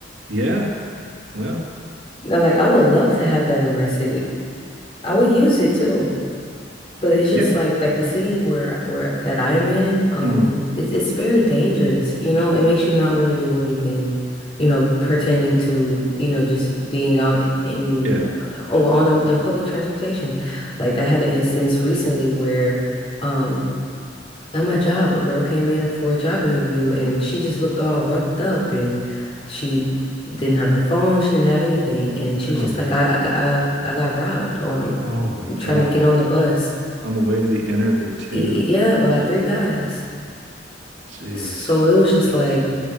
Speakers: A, on the right (about 85°); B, on the left (about 30°).
A: Yeah. Well,
B: Now, like I would love to have that in my city. I would use it too. But it's
A: yeah.
B: just like like the city where where that I'm in, um,
A: Hmm.
B: it's it's very dangerous. You know, it makes you not want to do anything, you know, pertaining to, you know, just being out in
A: Yeah.
B: uh, on on a, in public transportation. Like I had an instance recently where um at my job, a girl came in for a job interview and she just looked all roughed up and she didn't have her phone, she didn't have anything, and she was
A: Oh
B: just
A: no.
B: like, I I got I, I got robbed on
A: Oh my
B: trying
A: God.
B: to get on the bus.
A: On the way to the interview too.
B: Y- Yeah, by three guys.
A: Jeez.
B: So it was just like,